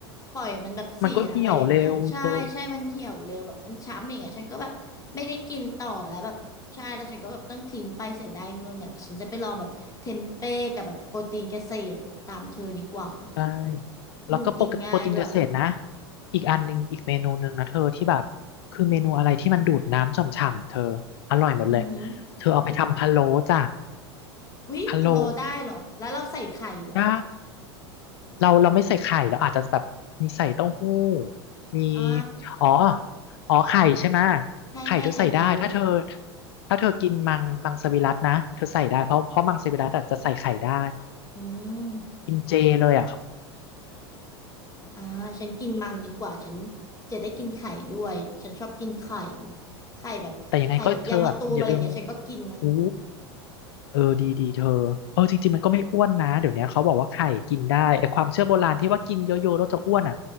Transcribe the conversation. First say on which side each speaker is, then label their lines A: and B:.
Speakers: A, on the left (about 25°); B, on the left (about 70°).
A: ปล่อยมันแบบเสียไปอย่างเงี้ยใช่
B: มันก็เหี่ยวเร็วเธอ
A: ใช่ มันเหี่ยวเร็วแบบมันช้ำอย่างเงี้ยฉันก็แบบไม่ได้กินต่อแล้วแบบใช่แล้วฉันก็แบบต้องทิ้งไปเสียดายเงินอ่ะเดี๋ยวฉันจะไปลองแบบเทมเป้กับแบบโปรตีนเกษตรตามเธอดีกว่า
B: ใช่แล้วก็โปรโปรตีนเกษตรนะ
A: ดูกินง่ายด้วย
B: อีกอันหนึ่งอีกเมนูหนึ่งนะเธอที่แบบคือเมนูอะไรที่มันดูดน้ำฉ่ำๆอะเธออร่อยหมดเลย
A: อือฮึ
B: เธอเอาไปทำพะโล้จ้ะ
A: อุ๊ยพะโล้ได้เหรอแล้วเราใส่ไข่เหรอ
B: พะโล้ได้เราเราไม่ใส่ไข่เราอาจจะแบบมีใส่เต้าหู้มี
A: อ่า
B: อ๋ออ๋อไข่ใช่ไหมะ
A: ใช่ใช่ไข่พะโล้
B: ไข่เธอใส่ได้ถ้าเธอถ้าเธอกินมังมังสวิรัตินะเธอใส่ได้เพราะเพราะมังสวิรัติอะจะใส่ไข่ได้
A: อืม
B: เจเลย
A: อ่าฉันกินมังดีกว่า ฉันจะได้กินไข่ด้วย ฉันชอบกินไข่ ไข่แบบไข่แบบยางมะตูมอะไรเงี้ยฉันก็กินนะ
B: แต่ยังไงก็เธอแบบอย่าลืม อู้เออดีดีเธอเออจริงๆมันก็ไม่อ้วนนะเดี๋ยวเนี้ยเขาบอกว่าไข่กินได้ไอ้ความเชื่อโบราณที่ว่ากินเยอะๆแล้วจะอ้วนอ่ะ